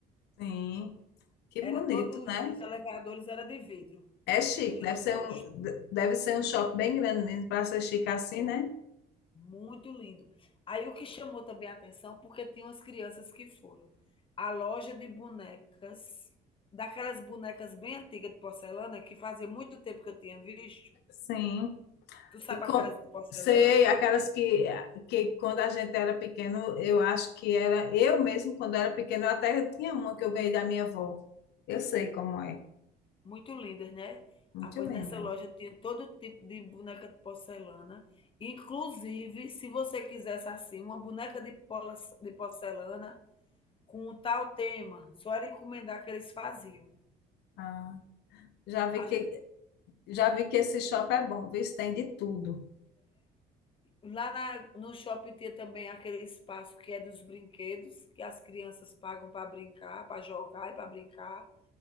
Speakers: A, on the left; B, on the left.
A: Sim, que bonito,
B: Era todos
A: né?
B: os elevadores era de vidro,
A: É chique,
B: que a gente
A: deve ser
B: ficava
A: um, deve ser um shopping bem grande mesmo, para ser chique assim,
B: foi
A: né?
B: muito lindo. Aí o que chamou também a atenção, porque tinha umas crianças que foram, a loja de bonecas, daquelas bonecas bem antigas de porcelana, que fazia muito tempo que eu tinha visto.
A: Sim.
B: Tu sabe
A: E com,
B: aquelas de porcelana?
A: sei, aquelas que, que quando a gente era pequeno, eu acho que era. Eu mesmo, quando era pequeno, eu até tinha uma que eu ganhei da minha avó. Eu sei como é.
B: Muito lindas, né?
A: Muito
B: Ah, pois
A: linda.
B: nessa loja tinha todo tipo de boneca de porcelana. Inclusive, se você quisesse assim, uma boneca de polas- de porcelana com um tal tema, só era encomendar que eles faziam.
A: Ah, já vi
B: A
A: que,
B: gente,
A: já vi que esse shopping é bom, viu? Tem de tudo.
B: lá na, no shopping tinha também aquele espaço que é dos brinquedos, que as crianças pagam para brincar, para jogar e para brincar.